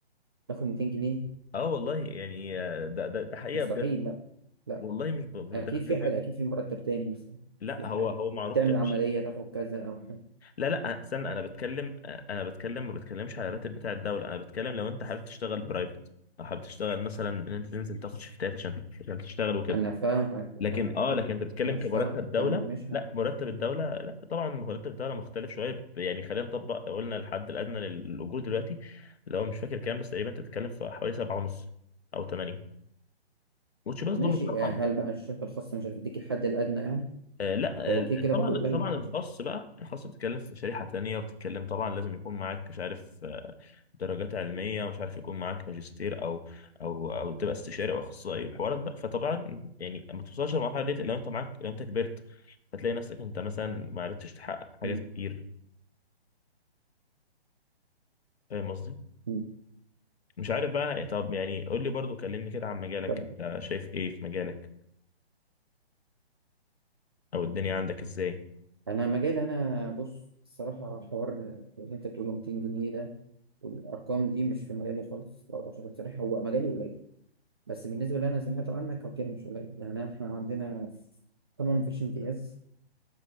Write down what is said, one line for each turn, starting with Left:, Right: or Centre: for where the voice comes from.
Right: تاخد 200 جنيه
Left: اه والله يعني آه، ده ده ده حقيقة
Right: مستحيل
Left: بجد
Right: لا لا
Left: والله مش ب... مش
Right: اكيد
Left: ده حقيقة
Right: في
Left: بجد
Right: حاجه اكيد في مرتب تاني مثلا
Left: لا
Right: في
Left: هو
Right: حاجه
Left: هو معروف
Right: تعمل
Left: كده
Right: عمليه تاخد كذا او حاجه
Left: لا لا استنى انا بتكلم انا بتكلم ما بتكلمش على الراتب بتاع الدوله انا بتكلم لو انت حابب تشتغل برايفت او حابب تشتغل مثلا ان انت تنزل تاخد شيفتات عشان عشان تشتغل وكده
Right: انا فاهمك
Left: لكن
Right: ه-
Left: اه
Right: ه-
Left: لكن انت بتتكلم
Right: هشتغل
Left: كمرتب دوله
Right: يا عم مش
Left: لا
Right: ه...
Left: مرتب الدوله لا طبعا مرتب الدوله مختلف شويه يعني خلينا نطبق لو قلنا الحد الادنى للاجور دلوقتي لو مش فاكر كام بس تقريبا انت بتتكلم في حوالي سبعة ونص او 8 which برضه
Right: ماشي
Left: مش رقم
Right: آه، هل بقى الشركه الخاصه مش هتديك الحد الادنى يعني
Left: آه، لا
Right: هو
Left: آه،
Right: كده كده
Left: طبعا
Right: برضه قليل
Left: طبعا
Right: برضه.
Left: الخاص بقى الخاص بتتكلم في شريحة تانية بتتكلم طبعا لازم يكون معاك مش عارف آه، درجات علمية ومش عارف يكون معاك ماجستير او او او تبقى استشاري او اخصائي حوارات بقى فطبعا يعني ما توصلش للمرحلة دي لو انت معاك لو انت كبرت فتلاقي نفسك انت مثلا ما عرفتش تحقق حاجات
Right: م-
Left: كتير فاهم قصدي؟
Right: م.
Left: مش عارف بقى طب يعني قول لي برضو كلمني كده عن مجالك
Right: طب
Left: انت شايف ايه في مجالك او الدنيا عندك ازاي؟
Right: انا مجال انا بص الصراحه حوار اللي انت بتقوله 200 جنيه ده والارقام دي مش في مجالي خالص برضه عشان أكون صريح هو مجالي قليل بس بالنسبه اللي انا سمعته عنك هو كده مش قليل يعني احنا عندنا طبعا مفيش امتياز